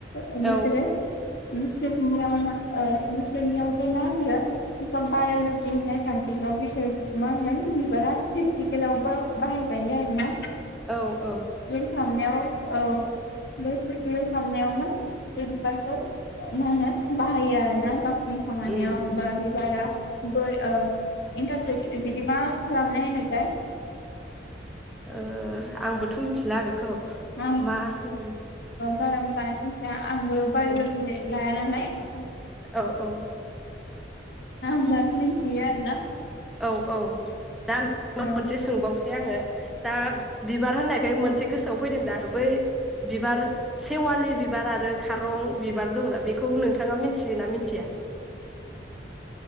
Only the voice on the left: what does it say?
ओ बिसोरो
बिसोरनियाव मा ओ बिसोरनियावबो मा होनो बा-बाय'लजि होननाय साबजेक्टआव बिसोर मा होनगोन बिबारा प्रेकटिकेलाव बा-बाहाय जायो आरोना।
<unintelligible> खालामनायाव औ बे प्रेक्टिकेल खालामनायावनो बे बिबारखौ मा होनो बाहायो आरोना गाव नि खानियाव
बा बिबारा बोर ओ इन्टार सो खि बिदि मा खालामनाय होनोथाय?
<unintelligible>
बारा मोजाङै <unintelligible> आंबो बाय'ल'जि
ला <unintelligible>
दा आं मास मोनथियो आरोना।
ओ